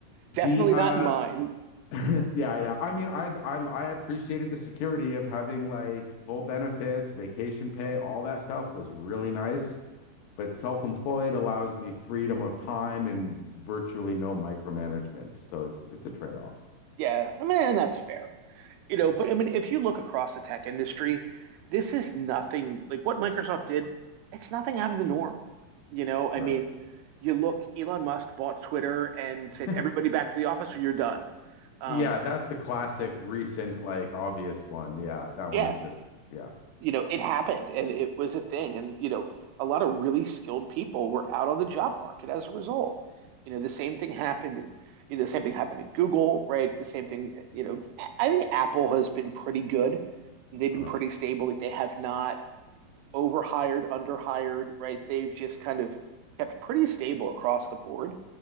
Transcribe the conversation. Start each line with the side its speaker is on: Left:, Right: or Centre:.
Right: Definitely
Left: the uh,
Right: not mine.
Left: <laughs> Yeah, yeah. I mean, I I I appreciated the security of having like full benefits, vacation pay, all that stuff was really nice. But self-employed allows me freedom of time and virtually no micromanagement. So it's it's a trade-off.
Right: Yeah, I mean, and that's fair. You know,
Left: Yeah,
Right: but I mean, if you look across the tech industry, this is nothing like what Microsoft did. It's nothing out of the norm. You know, I
Left: right.
Right: mean. you look, Elon Musk bought Twitter and said,
Left: <laughs>
Right: everybody back to the office or you're done. Um,
Left: Yeah, that's the classic recent, like obvious one. Yeah, that
Right: yeah,
Left: one is just yeah.
Right: you know, it happened and it was a thing. And, you know, a lot of really skilled people were out on the job market as a result. You know, the same thing happened. You know, the same thing happened at Google, right? The same thing, you know, I think Apple has been pretty good. They've been
Left: Uh-huh.
Right: pretty stable. Like they have not overhired, underhired, right? They've just kind of kept pretty stable across the board.